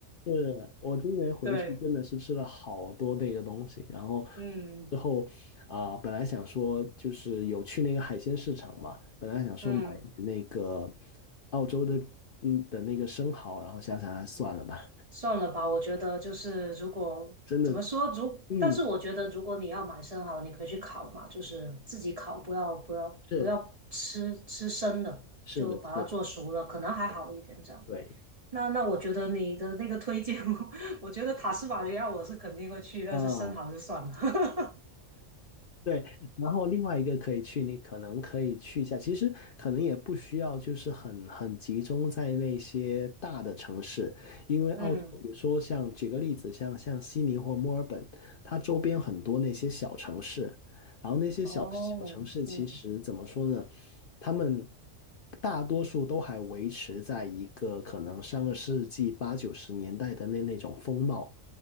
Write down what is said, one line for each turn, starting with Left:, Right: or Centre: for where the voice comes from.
Left: 是我今年回去真的是吃了好多那个东西，
Right: <laughs> 对，
Left: 然后
Right: 嗯。
Left: 之后啊、本来想说就是有去那个海鲜市场嘛，本来想说买那个
Right: 嗯，
Left: 澳洲的嗯的那个生蚝，然后想想还算了吧，
Right: 算了吧，我觉得就是如果怎么说，
Left: 真的，
Right: 如但是我觉得如果你要买生蚝，
Left: 嗯，
Right: 你可以去烤嘛，就是自己烤，不要不要不要吃吃生的，
Left: 是是的是的，
Right: 就把它做熟了，可能还好一点这样。
Left: 对
Right: 那那我觉得你的那个推荐，<laughs> 我我觉得塔斯马尼亚我是肯定会去，但是生蚝就算了。
Left: 啊，对，然后另外一个可以去，你可能可以去一下，其实可能也不需要，就是很很集中在那些大的城市，因为澳洲，
Right: <laughs> 嗯，
Left: 比如说像举个例子，像像悉尼或墨尔本，它周边很多那些小城市，然后那些小小城市其实怎么说呢，
Right: 哦，嗯，
Left: 他们大多数都还维持在一个可能上个世纪八九十年代的那那种风貌，